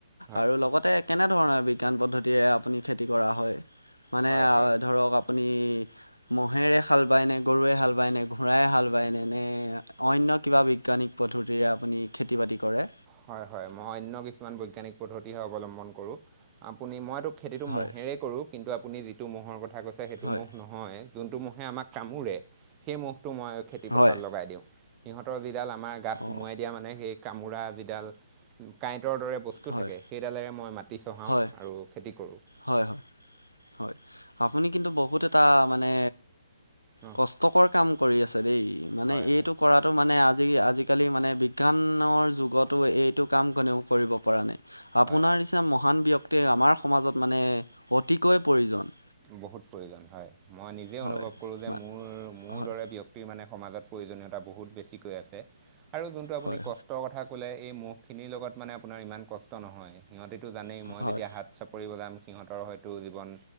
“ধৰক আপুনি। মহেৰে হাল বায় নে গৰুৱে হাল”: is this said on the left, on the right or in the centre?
Left